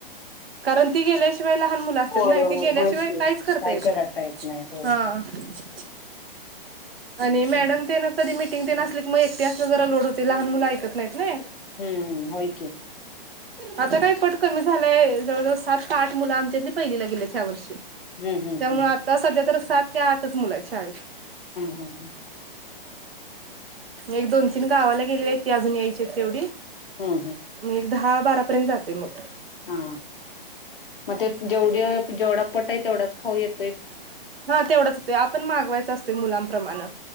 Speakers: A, on the right; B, on the left.
A: कारण ती गेल्यास इतर वेळी लहान मुल असत्यात
B: होय
A: नी ती
B: होय
A: गेल्याशिवाय
B: होय की
A: काहीच करता
B: काय
A: येत नाही
B: नाही होय
A: ह
B: होय. <unintelligible>
A: आणि मॅडम ते ना कधी मिटिंग ते नसली की मग एकटी असल्यावर जरा लोड होतय, लहान मुलं ऐकत नाहीत ना
B: हम्म होय की
A: आता काय पट कमी झालाय जवळजवळ सात का आठ मुलं आमच्यातली पहिलीला गेलीत ह्या वर्षी
B: हम्म हम्म
A: त्यामुळे
B: हम्म
A: आता सध्या तर सात ते आठच मुलं आहेत शाळेत
B: हम्म हम्म
A: एक दोन तीन गावाला गेलेले आहेत ते अजून यायचेत तेवढी
B: हम्म हम्
A: मग एक दहा बारापर्यंत जाते मग
B: हा मग ते जेवढे जेवढा पट आहे तेवढाच खाऊ येतो.
A: हा तेवढाच येतोय आपण मागवायच असतोय मुलांप्रमाणे